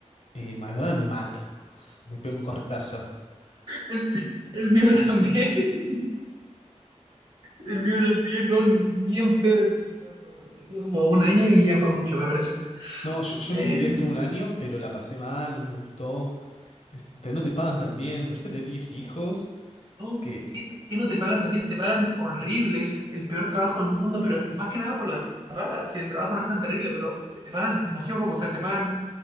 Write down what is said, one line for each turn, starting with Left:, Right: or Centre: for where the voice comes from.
Left: Eh, McDonald's me mato. Me pego un cortazo.
Right: el, el mío también. <laughs> El mío también, no, ni en pedo el hijo ese trabajo. Estuve como un año y ya fue mucho, me pareció.
Left: No, yo, yo
Right: Eh,
Left: ni siquiera estuve un año, pero la pasé mal, no me gustó. Es- te- no te pagan tan bien, prefiero tener 10 hijos
Right: No,
Left: que...
Right: ¿qué, qué no te pagan también? Te pagan horribles, el peor trabajo del mundo, pero más que nada por la paga. Si el trabajo no es tan terrible, pero te pagan demasiado poco. O sea, te pagan